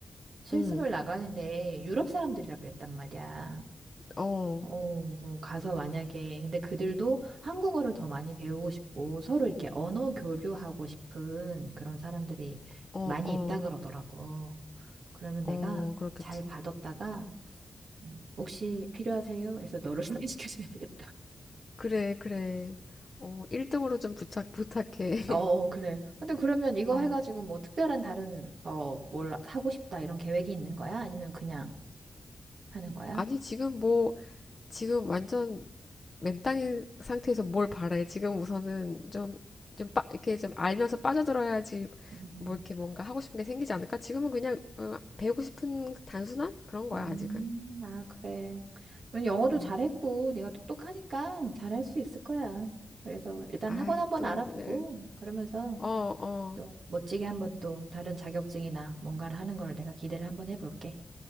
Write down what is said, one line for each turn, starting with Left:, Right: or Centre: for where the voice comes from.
Right: 실습을
Left: 음,
Right: 나가는데 유럽 사람들이라 그랬단 말이야.
Left: 어,
Right: 어, 그럼 가서 만약에, 근데 그들도 한국어를 더 많이 배우고 싶고 서로 이렇게 언어 교류하고 싶은 그런 사람들이
Left: 어,
Right: 많이
Left: 어,
Right: 있다 그러더라고. 그러면 내가
Left: 어, 그렇겠지.
Right: 잘 받았다가, 음, 혹시 필요하세요? 해서 너를 <laughs> 소개시켜줘야 되겠다.
Left: 그래, 그래. 어, 1등으로 좀 부탁, 부탁해. <laughs>
Right: 어, 그래. 근데 그러면 이거
Left: 어.
Right: 해가지고 뭐 특별한 다른, 어, 뭘 하고 싶다 이런 계획이 있는 거야? 아니면 그냥 하는 거야?
Left: 아니, 지금 뭐, 지금 완전 맨땅인 상태에서 뭘 바래. 지금 우선은 좀, 좀, 빠, 이렇게 좀 알면서 빠져들어야지
Right: 음.
Left: 뭐 이렇게 뭔가 하고 싶은 게 생기지 않을까? 지금은 그냥 어, 배우고 싶은 단순한 그런 거야,
Right: 음,
Left: 아직은.
Right: 아, 그래. 넌 영어도
Left: 음.
Right: 잘했고, 네가 똑똑하니까 잘할 수 있을 거야. 그래서 일단
Left: 아유,
Right: 학원 한번
Left: 또
Right: 알아보고,
Left: 그냥.
Right: 그러면서
Left: 어, 어.
Right: 또 멋지게 한번 또 다른 자격증이나 뭔가를 하는 거를 내가 기대를 한번 해볼게.